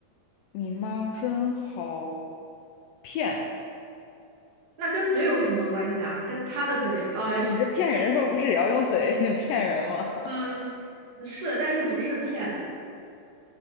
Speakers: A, on the left (about 80°); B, on the right (about 60°).
A: 你妈真好骗，
B: 那跟嘴有什么关系啊？跟他的嘴，呃，
A: 你这骗人的时候不是也要用嘴
B: 是
A: <laughs> 骗人吗？
B: 嗯，是，但是不是骗，